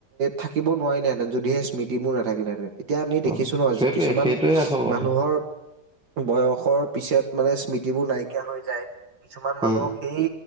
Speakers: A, on the right; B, in the centre.
A: থাকিব নোৱাৰিলেহেঁতেন যদিহে স্মৃতিবোৰ নাথাকিলেহেতেন। তেতিয়া আমি
B: অ'
A: দেখিছো নহয়
B: সেইটোৱে
A: যি কিছুমান
B: সেইটোৱে আচল কথা
A: মানুহৰ বয়সৰ পিছত মানে স্মৃতিবোৰ নাইকিয় হৈ যায়। কিছুমান মানুহ
B: উম।
A: সেই